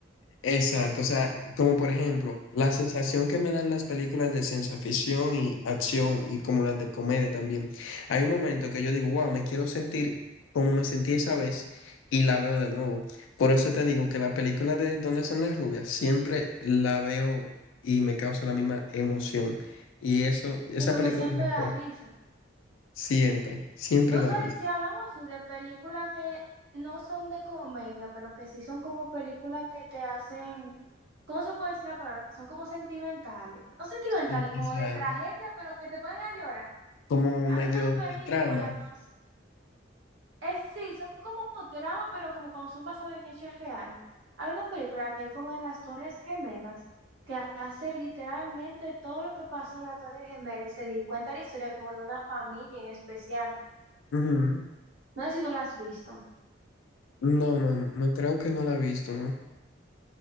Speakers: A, on the left; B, on the right.
A: Exacto, o sea, como por ejemplo, la sensación que me dan las películas de ciencia ficción y acción y como las de comedia también. Hay un momento que yo digo, wow, me quiero sentir como me sentí esa vez y la veo de nuevo. Por eso te digo que la película de ¿Dónde están las rubias? siempre la veo y me causa la misma emoción. Y eso, esa
B: Y porque
A: película
B: siempre
A: me marcó.
B: da risa.
A: Siempre, siempre
B: No
A: da
B: sé,
A: risa.
B: si hablamos así de películas que no son de comedia, pero que sí son como películas que te hacen, ¿cómo se puede decir la palabra? Que son como sentimentales. No sentimentales,
A: Sí, O
B: como
A: sea,
B: de tragedia, pero que te ponen a llorar.
A: como
B: Hay
A: medio
B: una película
A: de trama.
B: que no s- es, sí, son como dramas, pero como cuando son basadas en hechos reales. Hay una película que es como de las Torres Gemelas, que hace literalmente todo lo que pasó en las Torres Gemelas y se di cuenta de la historia como de una familia en especial.
A: Ujú.
B: No sé si tú la has visto.
A: No, no, no creo que no la he visto, ¿no?